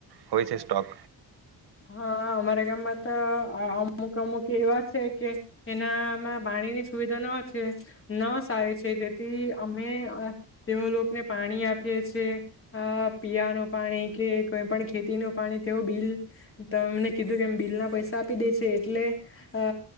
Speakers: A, on the right; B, on the left.
A: હોય છે સ્ટોક
B: હા, અમારા ગામમાં તો અ અમુક અમુક એવા છે કે, એનામાં પાણીની સુવિધા ન છે ન સારી છે. તેથી અમે અ તેઓ લોકને પાણી આપીએ છે. અ પીવાનું પાણી કે કોઈ પણ ખેતીનો પાણી તેઓ બિલ તમને કીધું કેમ બિલના પૈસા આપી દે છે. એટલે અ